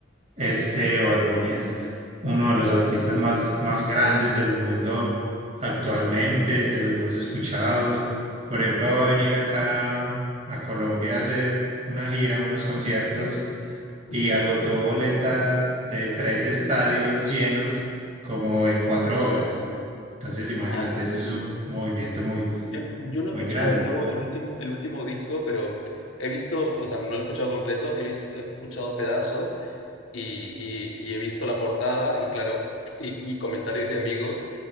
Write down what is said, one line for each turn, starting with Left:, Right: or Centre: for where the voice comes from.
Right: este Bad Bunny es uno de los artistas más, más grandes del mundo actualmente,
Left: Mm,
Right: de los más escuchados. Por ejemplo, va a venir acá a Colombia a hacer una gira, unos conciertos
Left: ujú.
Right: y agotó boletas de tres estadios llenos como en cuatro horas. Entonces, imagínate,
Left: Ala.
Right: eso es un movimiento muy,
Left: Yo yo no
Right: muy
Left: he escuchado
Right: grande.
Left: luego el último el último disco, pero he visto, o sea, no lo he escuchado completo, he visto he escuchado pedazos y y y he visto la portada y claro, y y comentarios de amigos